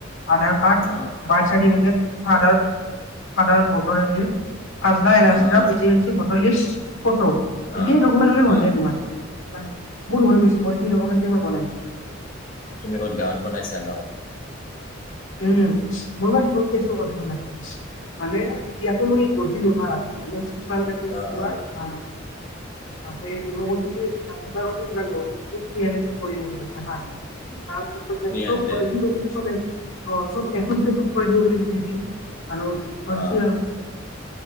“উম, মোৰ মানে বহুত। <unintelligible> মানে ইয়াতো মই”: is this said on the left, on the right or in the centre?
Left